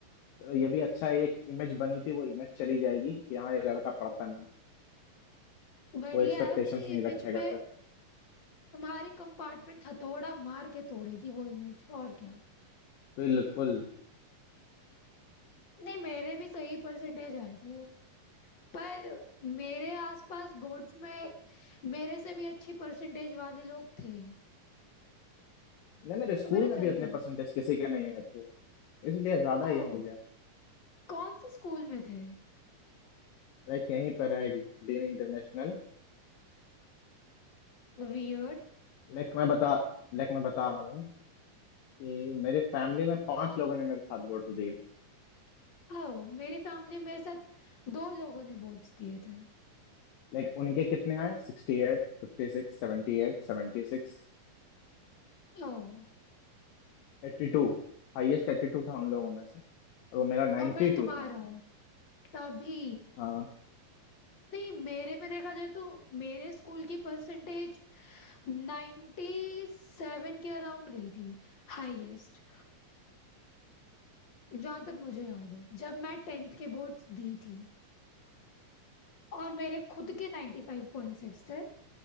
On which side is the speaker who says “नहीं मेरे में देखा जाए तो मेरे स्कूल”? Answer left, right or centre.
Left